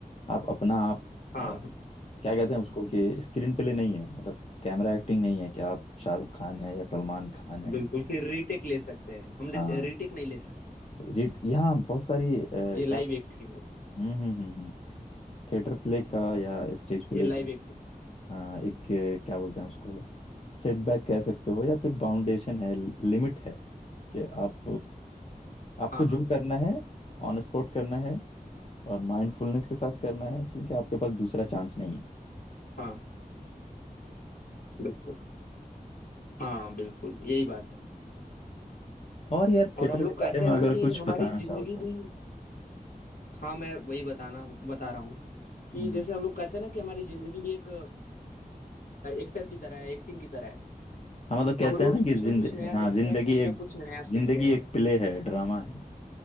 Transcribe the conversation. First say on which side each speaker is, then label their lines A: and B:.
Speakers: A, on the left (about 45°); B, on the left (about 70°).
A: आप अपना आप
B: हाँ
A: अ,
B: हाँ
A: क्या कहते हैं उसको कि स्क्रीन प्ले नहीं है मतलब कैमरा एक्टिंग नहीं है कि आप शाहरुख खान है या सलमान खान है
B: बिल्कुल फिर रीटेक ले सकते हैं हम
A: हाँ
B: रीटेक नहीं ले सकते
A: रिट यहाँ बहुत सारी अ, क्या
B: ये लाइव
A: बोलते
B: एक्टिंग
A: हैं उसको? हम्म
B: होती
A: हम्म हम्म हम्म थिएटर प्ले का या स्टेज प्ले
B: है ये लाइव
A: का
B: एक्टिंग
A: हाँ, एक अ, क्या बोलते हैं उसको सेटबैक कह सकते हो या फिर बाउंडेशन है लिमिट है कि आप आपको
B: हाँ
A: जो
B: हाँ बिल्कुल
A: करना है ऑन स्पॉट करना है और माइंडफुलनेस के साथ करना है क्योंकि आपके पास दूसरा चांस नहीं है
B: हाँ बिल्कुल हाँ बिल्कुल यही बात है
A: और यार
B: और
A: थिएटर
B: हम लोग
A: के
B: कहते
A: बारे में
B: हैं ना
A: अगर
B: कि
A: कुछ
B: हमारी
A: बताना
B: जिंदगी
A: चाहो तो
B: भी हाँ मैं वही बताना बता रहा हूँ कि
A: हम्म
B: जैसे हम लोग कहते हैं ना कि हमारी जिंदगी भी एक एक्टर की तरह है एक्टिंग की तरह है
A: हम तो कहते
B: हम रोज
A: हैं ना
B: कुछ
A: कि जिंद
B: ना कुछ नया
A: हाँ
B: देखते
A: जिंदगी
B: हैं कुछ ना
A: एक
B: कुछ नया सीखते
A: जिंदगी
B: हैं
A: एक प्ले है ड्रामा है